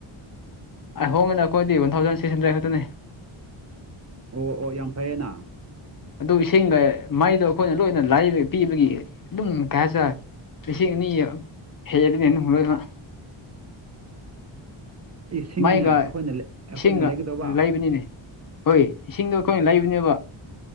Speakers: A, on the left; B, on the right.
A: ꯑꯩ ꯍꯣꯡꯉꯦꯗ ꯑꯩꯈꯣꯏꯗꯤ ꯋꯥꯟ ꯊꯥꯎꯖꯟ ꯁꯤꯛꯁ ꯍꯟꯗ꯭ꯔꯦꯗ ꯈꯛꯇꯅꯤ
B: ꯑꯣ ꯑꯣ ꯌꯥꯝ ꯐꯩꯌꯦꯅ
A: ꯑꯗꯨ ꯏꯁꯤꯡꯒ ꯃꯥꯏꯗꯣ ꯑꯩꯈꯣꯏꯅ ꯂꯣꯏꯅ ꯂꯥꯏꯕ ꯄꯤꯕꯒꯤ ꯑꯗꯨꯝ ꯀꯩ ꯍꯥꯏꯇꯥꯔꯦ ꯍꯦꯗꯤ ꯍꯂ
B: <inaudible> ꯏꯁꯤꯡꯅ
A: ꯃꯩꯒ
B: ꯑꯩꯈꯣꯏꯅ ꯑꯩꯈꯣꯏꯅ
A: ꯏꯁꯤꯡꯒ
B: ꯂꯩꯒꯗꯧꯕ
A: ꯂꯩꯕꯅꯤꯅꯦ ꯍꯣꯏ ꯏꯁꯤꯡꯗꯣ ꯑꯩꯈꯣꯏꯅ ꯂꯩꯕꯅꯦꯕ